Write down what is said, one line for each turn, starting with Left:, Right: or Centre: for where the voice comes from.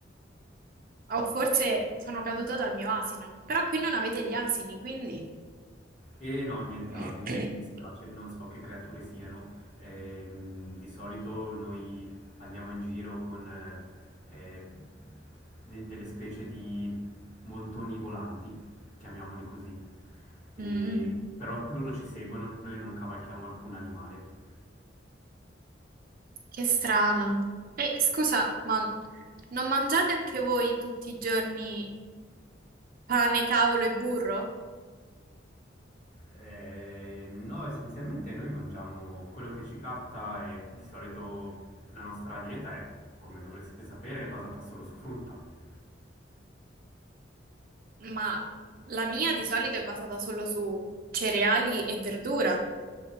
Right: o forse sono caduta dal mio asino. Però qui non avete gli asini, quindi...
Left: E no, niente
Right: <clears throat>
Left: asini, mi dispiace, non so che creature siano. Ehm, di solito noi andiamo in giro con eh, eh, de- delle specie di montoni volanti, chiamiamoli così. E-
Right: Mm.
Left: però loro ci seguono, noi non cavalchiamo alcun animale.
Right: Che strano. E scusa, ma non mangiate anche voi tutti i giorni pane, cavolo e burro?
Left: Eh, no, essenzialmente noi mangiamo quello che ci capita e di solito la nostra dieta è, come dovreste sapere, è basata solo su frutta.
Right: Ma la mia di solito è basata solo su cereali e verdura.